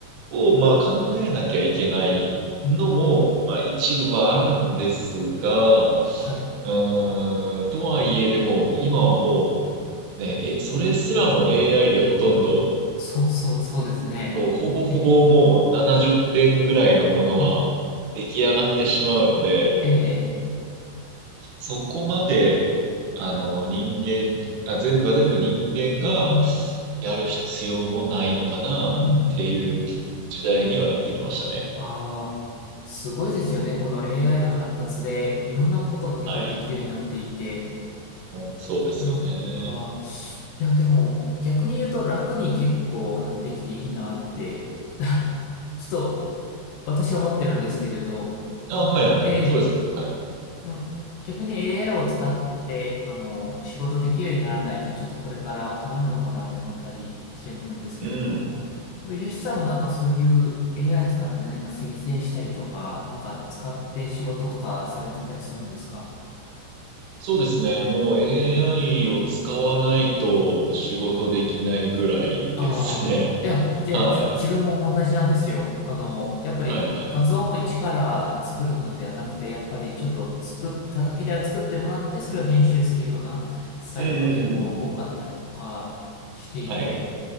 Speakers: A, on the right; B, on the left.
A: を、まあ、考えなきゃいけないのも、
B: うん、
A: まあ、一部はあるんですが、う
B: はい、
A: ーん、とはいえ、でも、今はもう、ね、え、それすらも AI でほとんど、
B: そうそう、そうですね。
A: ほぼほぼもう70点ぐらいのものは出来上がってしまうので、
B: ええうん。ええ。
A: そこまで、あの、人間、あ、全部が全部人間が
B: うんうん。
A: やる必要もないのかなっていう時代にはなってきましたね。
B: うんうん。ああ、すごいですよね。この AI の発達でいろんなことが結構できるようになっていて。
A: はい。うんそうですよね。
B: なんか、いやでも逆に言うと楽に結構なってきていいなって、ちょっと私は思ってるんですけれど。
A: あ、
B: うんええ。
A: はいはいはい。そうですよ。はい。
B: な逆に AI を使って、あの、仕事できるようにならないとちょっとこれから困るのかなって思ったりしてるんですけれど。
A: うん。
B: ヨシさんもなんかそういう AI 使って何か生成したりとか、なんか使って仕事とかされてたりするんですか
A: そうですね。もう AI を使わないと仕事できないぐらいですね。
B: ああ、いや、
A: <laughs>
B: じゃあじ自分も同じなんですよ。
A: はい。
B: あの、やっぱり画像も一から作るのではなくて、
A: はいはい。
B: やっぱりちょっと作っただけでは作ってもらって、それを編集するようなスタイルが結構多かったりとかしていて、
A: うんうんうん。はい。